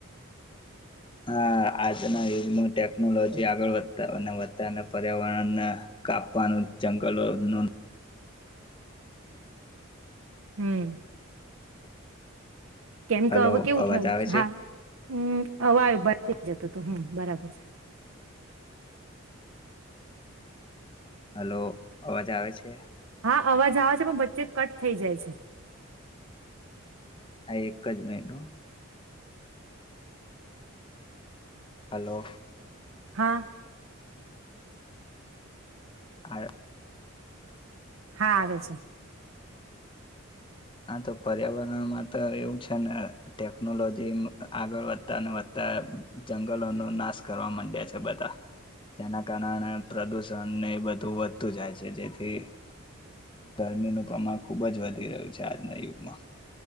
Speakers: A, on the left; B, on the right.
A: હા આજના યુગમાં ટેકનોલોજી આગળ વધતા અને વધતાને પર્યાવરણને કાપવાનું જંગલોનું
B: હમ કેમ
A: હલો
B: કે હવે કેવું
A: અવાજ
B: થયું
A: આવે
B: છે હા હમ હવે આયુ બારથી જતુ હતુ હમ બરાબર છે.
A: હલો અવાજ આવે છે.
B: હા અવાજ આવે છે પણ વચ્ચે કટ થઈ જાય છે.
A: હા એક જ મિનીટ હ હલો
B: હા
A: હા
B: હા આવે છે.
A: હા તો પર્યાવરણમાં તો એવું છે ને ટેકનોલોજી આગળ વધતાને વધતા જંગલોનો નાશ કરવા માંડ્યા છે બધા જેના કારણે પ્રદુષણને બધું વધતું જાય છે જેથી ગરમીનું પ્રમાણ ખુબ જ વધી રહ્યું છે. છે આજના યુગમાં